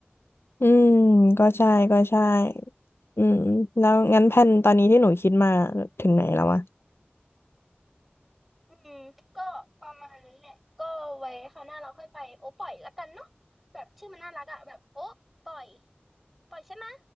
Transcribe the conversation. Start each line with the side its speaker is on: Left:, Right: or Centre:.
Left: อืม ก็ใช่ก็ใช่อืมแล้วงั้นแผนตอนนี้ที่หนูคิดมาถึงไหนแล้ววะ
Centre: อืมก็ประมาณนี้แหละก็ไว้คราวหน้าเราค่อยไปโอ้ปล่อยละกันเนาะแบบชื่อมันน่ารักอะแบบโอ้ปล่อยปล่อยใช่ไหม